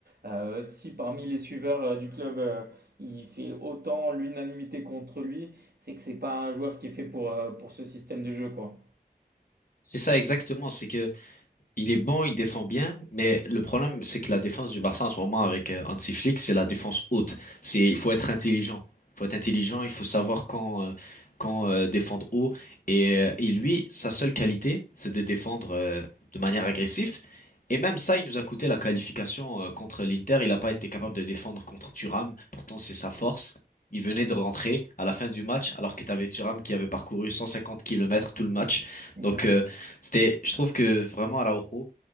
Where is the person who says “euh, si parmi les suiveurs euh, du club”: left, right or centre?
Right